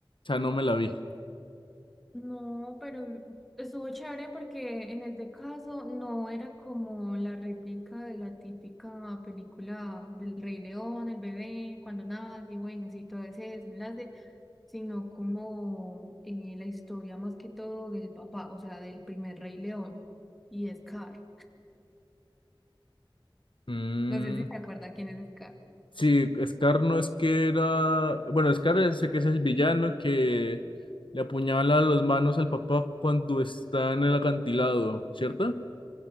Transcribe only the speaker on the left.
sea, no me la vi.
Mm,
Sí, Scar no es que era. Bueno, Scar es- sé que es el villano que le apuñala las manos al papá cuando está en el acantilado, ¿cierto?